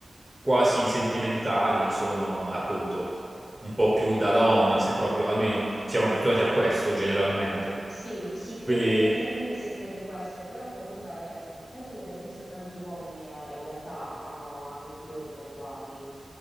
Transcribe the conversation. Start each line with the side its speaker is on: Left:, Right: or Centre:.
Right: quasi sentimentali sono appunto un po' più da donna, se proprio, almeno siamo abituati a questo generalmente.
Left: Sì, si cre-
Right: Quindi
Left: tendenzialmente si crede questo, però comunque mh, penso di aver visto tanti uomini che eh, in realtà hanno anche fiori tatuati,